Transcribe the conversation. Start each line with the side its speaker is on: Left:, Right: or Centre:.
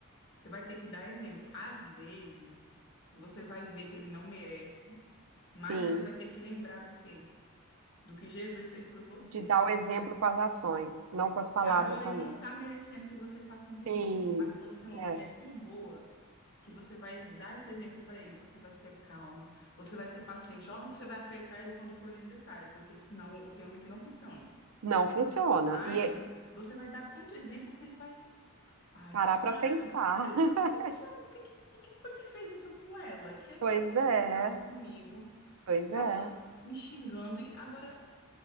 Left: Você vai ter que dar exemplo. Às vezes, você vai ver que ele não merece, mas
Right: Sim,
Left: você vai ter que lembrar do quê? Do que Jesus fez por você.
Right: de dar o exemplo com as ações, não com as palavras
Left: Agora
Right: somente.
Left: ele não está merecendo que você faça um risoto,
Right: Sim,
Left: mas você é uma
Right: é.
Left: mulher tão boa que você vai dar esse exemplo para ele. Você vai ser calma, você vai ser paciente. Óbvio que você vai apertar ele quando for necessário, porque senão o- tem homem que não funciona.
Right: Não funciona.
Left: Mas
Right: E é-
Left: você vai dar tanto exemplo que ele vai Paz,
Right: parar pra
Left: Nora,
Right: pensar.
Left: eu quero.
Right: <laughs>
Left: O que, que, essa- o que que- o que que foi que fez isso com ela? Que antes
Right: Pois
Left: ela só
Right: é,
Left: gritava comigo,
Right: pois
Left: ficava
Right: é.
Left: me xingando e agora